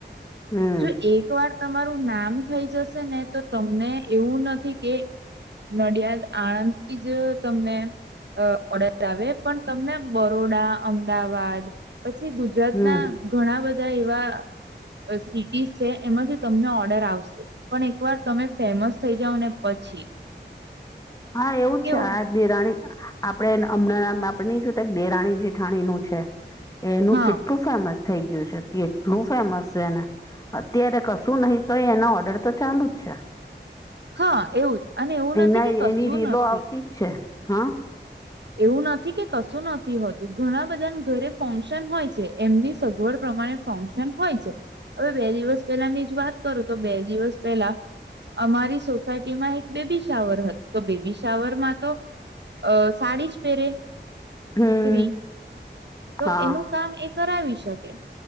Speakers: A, on the left (about 20°); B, on the right (about 65°).
A: હમ
B: જો એક વાર તમારું નામ થઈ જશે ને, તો તમને એવું નથી કે નડિયાદ, આણંદ થી જ તમને. અ પડત આવે, પણ તમને બરોડા, અમદાવાદ. પછી ગુજરાત
A: હમ
B: ના ઘણા બધા એવા. સિટીસ છે, એમાંથી તમને ઓર્ડર આવશે, પણ એકવાર તમે ફેમસ થઈ જાવ ને પછી.
A: હા એવું
B: કેવું
A: છે આજ દિરાણી આપડે હમણાં ના આપણે નઈ જો દેરાણી જેઠાણી નું છે એનું
B: હા
A: કેટલું ફેમસ થઈ ગયું છે એટલું ફેમસ છે ને અત્યારે કશું નહિ તો એના ઓર્ડર તો ચાલુ જ છે.
B: હા એવું જ અને એવું
A: છે એના
B: નથી કે કશું
A: એની રીલો
B: નથી
A: આવતી જ છે હા.
B: એવું નથી કે કશું નથી હોતું ઘણા બધા ઘરે ફંક્શન હોય છે એમની સગવડ પ્રમાણે ફંક્શન હોય છે હવે બે દિવસ પહેલાની જ વાત કરું તો બે દિવસ પહેલા અમારી સોસાયટીમાં એક બેબી શાવર હતું તો બેબી શાવર માં તો અ સાડી જ પહેરે
A: હમ
B: સ્ત્રી તો
A: હા
B: એનું કામ એક કરાવી શકે